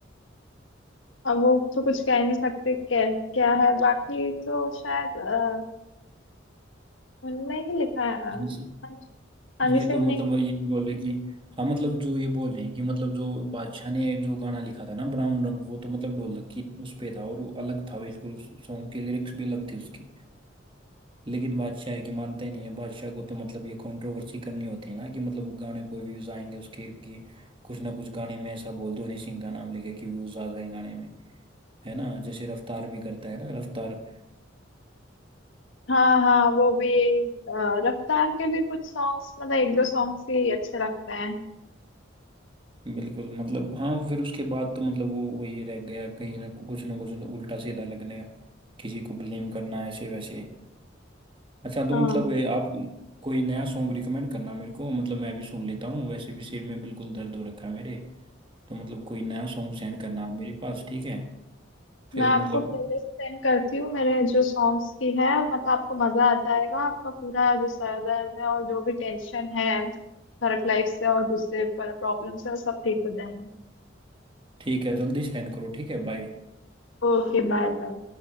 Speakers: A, on the left (about 85°); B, on the right (about 25°).
A: अब वो तो कुछ कह नहीं सकते क्या क्या है बाकी तो शायद अ, उनने ही लिखा है अ,
B: हाँ जी
A: हनी हनी
B: ये
A: सिंह
B: तो मतलब
A: ने
B: ये बोले कि हाँ मतलब जो ये बोल रहे हैं कि मतलब जो बादशाह ने जो गाना लिखा था ना ब्राउन रंग वो तो मतलब ढोलक की उस पे था और वो अलग था बिल्कुल सॉन्ग के लिरिक्स भी अलग थे उसके लेकिन बादशाह है कि मानते नहीं है बादशाह को तो मतलब ये कंट्रोवर्सी करनी होती है ना कि मतलब गाने को व्यूज आएंगे उसके कि कुछ ना कुछ गाने में ऐसा बोल दो हनी सिंह का नाम लेके कि व्यूज आ जाए गाने में है ना जैसे रफ्तार भी करता है ना रफ्तार
A: हाँ हाँ वो भी यही अ, रफ्तार के भी कुछ सॉन्ग्स मतलब एक दो सॉन्ग्स ही अच्छे लगते हैं
B: बिल्कुल मतलब हाँ फिर उसके बाद तो मतलब वो वही रह गया कहीं ना कुछ ना कुछ ना उल्टा सीधा लगने का किसी को ब्लेम करना ऐसे वैसे अच्छा तो
A: हाँ
B: मतलब ये आप कोई नया सॉन्ग रिकमेंड करना मेरे को मतलब मैं भी सुन लेता हूँ वैसे भी सिर में बिल्कुल दर्द हो रखा है मेरे तो मतलब कोई नया सॉन्ग सेंड करना आप मेरे पास ठीक है फिर
A: मैं आपको
B: मतलब
A: प्लेलिस्ट सेंड करती हूँ मेरे जो सॉन्ग्स की है मतलब आपको मजा आ जाएगा आपका पूरा जो सर दर्द है और जो भी टेंशन है वर्क लाइफ से और दूसरे पर प्रॉब्लम से वो सब ठीक हो जाएंगे
B: ठीक है जल्दी सेंड करो ठीक है बाय
A: Okay bye bye